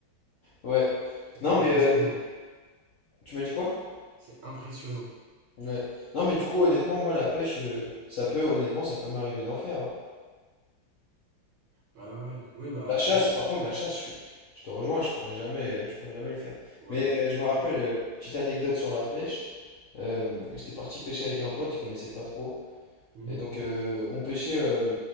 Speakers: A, on the left; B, on the right.
A: Ouais.
B: C'est
A: Non,
B: impressionnant.
A: mais euh, du coup, tu m'as dit quoi?
B: C'est impressionnant.
A: Ouais. Non, mais du coup, honnêtement, moi, la pêche, euh, ça peut, honnêtement, ça peut m'arriver d'en faire. hein.
B: Ouais, ouais, ouais. Oui, bah,
A: La chasse,
B: ouais.
A: par contre, la chasse, je, suis- je te rejoins, je pourrais jamais, euh, je pourrais jamais le faire.
B: Ouais,
A: Mais
B: non, franchement.
A: euh, je me rappelle, euh, petite anecdote sur la pêche. euh, j'étais parti pêcher avec un pote, il connaissait pas trop.
B: Mhm.
A: Et donc, euh, on pêchait euh,